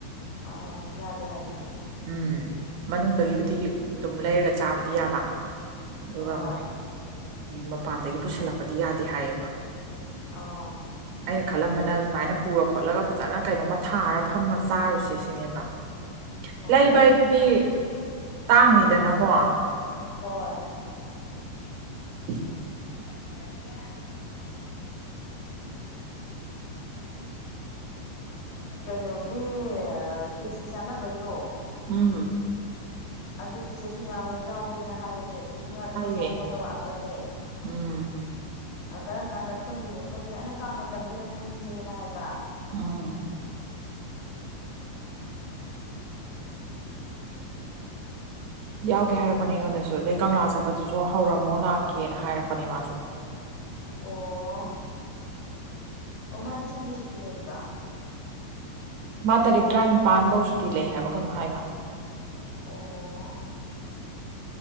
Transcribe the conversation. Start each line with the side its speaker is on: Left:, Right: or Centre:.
Left: ꯑꯥ ꯌꯥꯗꯦ ꯍꯥꯏꯕꯅꯦ
Right: ꯎꯝ ꯃꯅꯨꯡꯗꯒꯤꯕꯨꯗꯤ ꯑꯗꯨꯝ ꯂꯩꯔꯒ ꯆꯥꯕꯗꯤ ꯌꯥꯕ ꯑꯗꯨꯒ
Left: ꯍꯣꯏ
Right: ꯃꯣꯏ ꯃꯄꯥꯟꯗꯒꯤ ꯄꯨꯁꯜꯂꯛꯄꯗꯤ ꯌꯥꯗꯦ ꯍꯥꯏꯌꯦꯕ
Left: ꯑꯥ
Right: ꯑꯩꯅ ꯈꯜꯂꯝꯕꯅ ꯑꯗꯨꯃꯥꯏꯅ ꯄꯨꯔ ꯈꯣꯠꯂꯒ ꯐꯖꯅ ꯀꯩꯅꯣꯝꯃ ꯊꯥꯔ ꯐꯝꯃ ꯆꯥꯔꯨꯁꯤ ꯁꯤꯅꯦꯕ
Left: ꯍꯣꯏ
Right: ꯂꯩꯕ ꯍꯥꯏꯗꯨꯗꯤ ꯇꯥꯡꯅꯤꯗꯅꯀꯣ
Left: ꯍꯣꯏ
Right: ꯎꯝ
Left: ꯔ ꯊ ꯀꯩꯅꯣꯒꯤ ꯈꯦꯆꯤ ꯆꯥꯟꯅꯕꯩꯗꯣ
Right: ꯍꯝ
Left: ꯑꯗꯨꯗꯨ ꯆꯦ ꯁ ꯌꯥꯎꯒꯦꯅ ꯍꯥꯏꯕꯅꯦ ꯆꯆꯨꯁꯤꯅ ꯑꯗꯨ
Right: ꯍꯥꯏꯌꯦ
Left: ꯉꯁꯥꯏ ꯐꯣꯟ ꯇꯧꯔꯛꯑꯝꯕꯅꯦ
Right: ꯎꯝ
Left: ꯀꯔꯝ ꯀꯥꯟꯗ ꯄꯨꯟꯗꯣꯏꯅꯣ ꯈꯣꯠꯇꯣꯏꯅꯣ ꯑꯩꯅ ꯀꯥꯡꯕ ꯃꯇꯝꯗ ꯑꯣꯏꯅ ꯄꯨꯟꯁꯦꯅ ꯍꯥꯏꯕ
Right: ꯑꯥ ꯌꯥꯎꯒꯦ ꯍꯥꯏꯔꯛꯄꯅꯦ ꯑꯩꯉꯣꯟꯗꯁꯨ ꯑꯗꯩ ꯀꯪꯂꯥ ꯆꯠꯄꯗꯨꯁꯨ ꯍꯧꯔꯝꯃꯣ ꯂꯥꯛꯀꯦꯅ ꯍꯥꯏꯔꯛꯄꯅꯦ ꯃꯥꯁꯨ
Left: ꯑꯣ ꯑꯣ ꯃꯥꯗꯤ ꯁꯟꯗꯦ ꯁꯨꯇꯤ ꯂꯩꯕ꯭ꯔꯥ
Right: ꯃꯥ ꯇꯥꯔꯤꯛ ꯇꯔꯥꯅꯤꯄꯥꯟꯐꯧ ꯁꯨꯇꯤ ꯂꯩ ꯍꯥꯏꯕ ꯀꯩꯅꯣ ꯍꯥꯏ ꯃꯥ
Left: ꯑꯣ